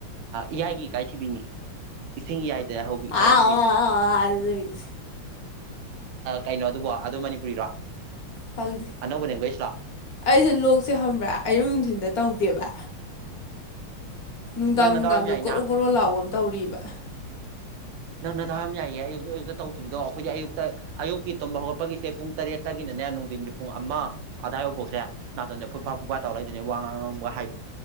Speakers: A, on the right; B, on the left.
A: ꯏꯌꯥꯥꯏꯒꯤ ꯏꯀꯥꯏꯊꯤꯕꯤꯅꯤ ꯏꯁꯤꯡ ꯌꯥꯏꯗ꯭ꯔꯦ ꯍꯧꯕꯤ
B: ꯑꯥ
A: ꯏ ꯀꯥꯏ ꯊꯤꯕꯤꯅꯤ
B: ꯑꯥ ꯑꯥ ꯑꯥ ꯑꯗꯨꯗꯒꯤꯗꯤ
A: ꯀꯩꯅꯣ ꯑꯗꯨꯕꯣ ꯑꯗꯨ ꯃꯅꯤꯄꯨꯔꯤꯔꯣ
B: ꯈꯪꯗꯦ
A: ꯑꯅꯧꯕ ꯂꯦꯡꯒ꯭ꯋꯦꯖꯂꯣ
B: ꯑꯩꯁꯦ ꯂꯣꯛꯁꯦ ꯍꯪꯕ꯭ꯔꯥ ꯑꯌꯨꯛ ꯅꯨꯡꯊꯤꯤꯟꯗ ꯇꯧꯗꯦꯕ ꯅꯨꯡꯗꯥꯡ
A: ꯅꯪ ꯅꯗꯥꯎ
B: ꯅꯨꯡꯗꯥꯡꯗ
A: ꯌꯥꯝ ꯌꯥꯏꯅ
B: ꯒꯣꯔꯣ ꯒꯣꯔꯣ ꯂꯥꯎꯕ ꯑꯃ ꯇꯧꯔꯤꯕ
A: ꯅꯪꯅ ꯔꯝ ꯌꯥꯏꯌꯦ ꯑꯌꯨꯛꯇ ꯑꯌꯨꯛꯇ ꯇꯧꯗ꯭ꯔꯤꯗꯣ ꯑꯩꯈꯣꯏꯗꯤ ꯑꯌꯨꯛꯇ ꯑꯌꯛꯀꯤ ꯇꯝꯕ ꯍꯧꯒꯠꯄꯒꯤꯁꯦ ꯄꯨꯡ ꯇꯔꯦꯠꯇꯒꯤꯅꯦ ꯅꯨꯡꯊꯤꯟꯒꯤ ꯄꯨꯡ ꯑꯃ ꯑꯗꯥꯏꯐꯥꯎꯁꯦ ꯅꯥꯆꯟꯁꯦ ꯐꯨꯠꯥ ꯐꯨꯐꯥ ꯇꯧꯔꯛꯏꯗꯅꯦ ꯋꯥ ꯉꯥꯡꯕ ꯍꯥꯏ